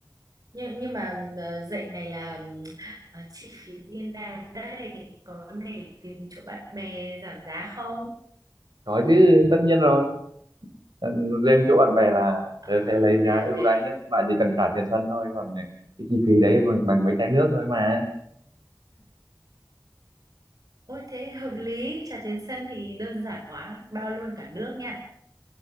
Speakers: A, on the right; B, on the right.
A: nhưng nhưng mà ờ, dạy này là ừm, ờ, chi phí như nào đây có để tìm chỗ bạn bè giảm giá không
B: có chứ tất nhiên rồi Ừ, riêng chỗ bạn bè là
A: Ờ
B: tớ sẽ lấy
A: ok
B: giá
A: ok
B: ưu đãi nhất bạn chỉ cần trả tiền sân thôi còn cái chi phí đấy bằng, bằng mấy chai nước thôi mà
A: Ôi thế hợp lý, trà tiến sân thì đơn giản quá, bao luôn cả nước nha.